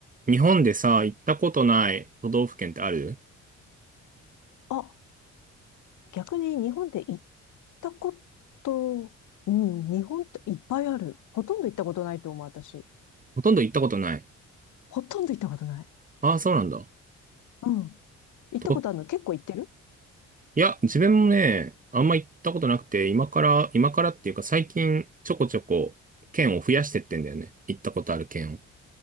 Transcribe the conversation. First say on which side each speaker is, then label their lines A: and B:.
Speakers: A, on the right (about 25°); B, on the left (about 75°).
A: 日本でさ、行ったことない都道府県ってある
B: あ、逆に日本で行ったこと、うん、日本っていっぱいある。ほとんど行ったことないと思う、私。
A: ほとんど行ったことない。
B: ほとんど行ったことない。
A: ああ、そうなんだ。
B: うん。行ったことあるの結構行ってる
A: と、いや、自分もね、あんま行ったことなくて、今から、今からっていうか最近ちょこちょこ県を増やしてってんだよね。行ったことある県を。